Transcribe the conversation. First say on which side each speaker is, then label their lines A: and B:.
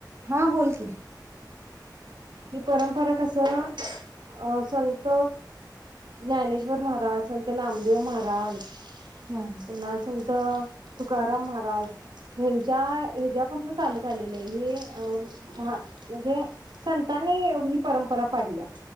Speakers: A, on the right; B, on the right.
A: हा बोल की.
B: ही परंपरा कसं अ संत ज्ञानेश्वर महाराज सत नाम देेव महाराज
A: हा
B: पु्न्हा संत तुकाराम महाराज हेंच्या हेच्यापासून चालत आलेली आहे ही अ म्हणजे संतांनी ही परंपरा पाडलीया.